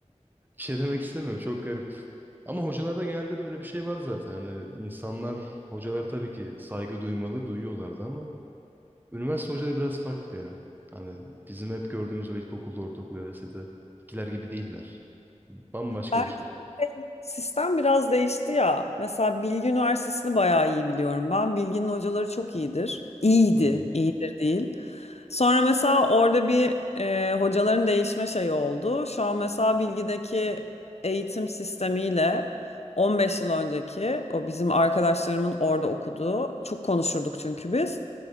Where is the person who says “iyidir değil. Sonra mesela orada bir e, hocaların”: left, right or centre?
Left